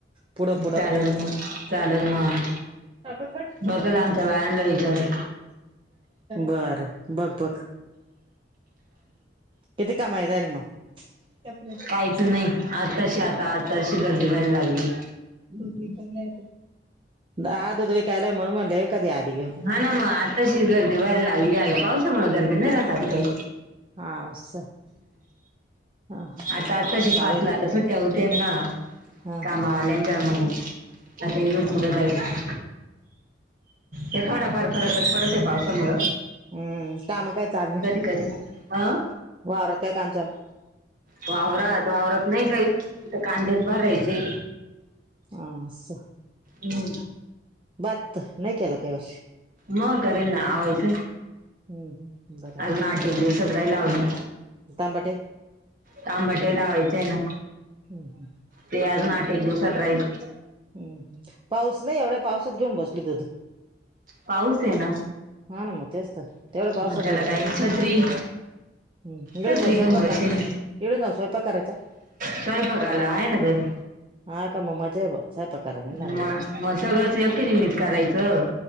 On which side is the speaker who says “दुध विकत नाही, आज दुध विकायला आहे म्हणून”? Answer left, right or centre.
Right